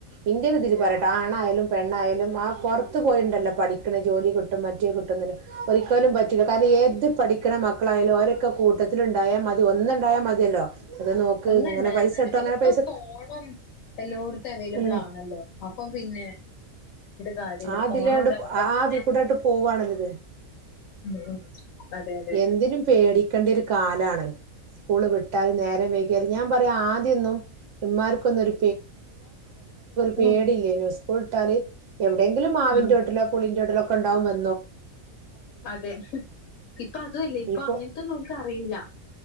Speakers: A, on the right; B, on the left.
A: ഇന്ത്യനെതിരി പറയട്ടെ ആണായാലും പെണ്ണായാലും ആ പുറത്ത് പോയിുണ്ടല്ലോ പഠിക്കണ ജോലി കിട്ടും മറ്റേ കിട്ടുന്നില്ല ഒരിക്കലും പറ്റില്ല കാരണം ഏത് പഠിക്കണ മക്കളായാലും ഒരൊക്കെ കൂട്ടത്തില ഉണ്ടായാൽ മതി ഒന്നുണ്ടായാൽ മതിയല്ലോ അത് നോക്ക്
B: ഒന്ന
A: ഇങ്ങനെ
B: ഉണ്ടായാൽ
A: പൈസ
B: മതി
A: കിട്ടും
B: പിന്നെ
A: അങ്ങനെ
B: ഇപ്പൊ
A: പൈസ
B: ഫോണും എല്ലോടത്തും അവൈലബിൾ
A: ഉം
B: ആണല്ലോ അപ്പം പിന്നെ കാര്യല്ല
A: ആതില്ലാണ്ട്
B: ഫോണുണ്ടാവുമ്പോ
A: ആതി
B: പിന്നെ
A: കൂടൊയിട്ട് പോവവാണല്ലത്
B: ഉം ഉം അതെ അതെ
A: എന്തിനും പേടിക്കേണ്ട ഒരു കാലാണ് സ്കൂള് വിട്ടാല് നേരരെ വൈക്കിയാല് ഞാൻ പറയാ ആദ്യം <unintelligible> ഒരു പേടില്ലേനു
B: ഉം
A: സ്കൂൾ ഇട്ടാല് എവിടെങ്കിലും മാവിന്റെ
B: ഉം
A: ഓട്ടിലോ പുളിന്റെ ഓട്ടി <unintelligible>
B: അതെ ഇപ്പ അതു അല്ലേ ഇപ്പ
A: ഇപ്പൊ
B: അങ്ങൻത്തൊന്നും ഓൽക്ക് അറിയൂല